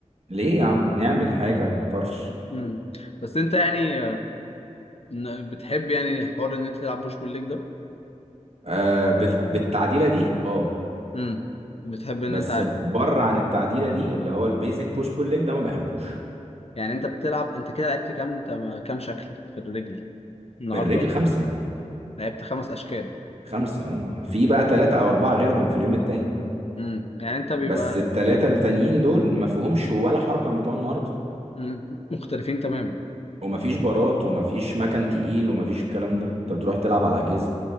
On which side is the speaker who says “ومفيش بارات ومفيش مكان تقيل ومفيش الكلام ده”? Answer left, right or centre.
Right